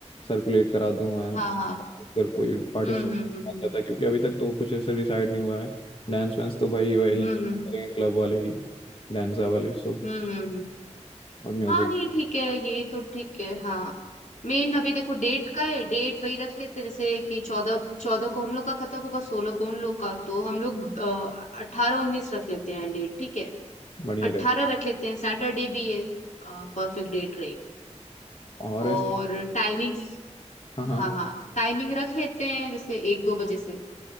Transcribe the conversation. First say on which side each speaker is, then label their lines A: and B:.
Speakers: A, on the left; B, on the left.
A: सर्कुलेट करा दूं मैं अगर
B: हाँ हाँ
A: कोई पार्टिसिपेट
B: हम्म हम्म हम्म
A: करता है क्योंकि अभी तक तो कुछ ऐसे डिसाइड नहीं हुआ है डांस वांस तो भाई वही
B: हम्म
A: करेंगे
B: हम्म
A: क्लब वाले ही डांसर वाले सो
B: हम्म, हम्म, हम्म।
A: और म्यूजिक
B: हाँ नहीं ठीक है ये तो ठीक है हाँ मेन अभी देखो डेट का है डेट वही रख लेते हैं जैसे कि चौदह चौदह को हम लोग का खत्म होगा सोलह को उन लोग का तो हम लोग अठारह उन्नीस रख लेते हैं डेट ठीक है
A: बढ़िया
B: अट्ठारह
A: रहे
B: रख लेते हैं सैटरडे भी ये परफेक्ट डेट रही
A: और ऐसे
B: और टाइमिंग
A: हाँ हाँ
B: हाँ हाँ टाइमिंग रख लेते हैं जैसे एक दो बजे से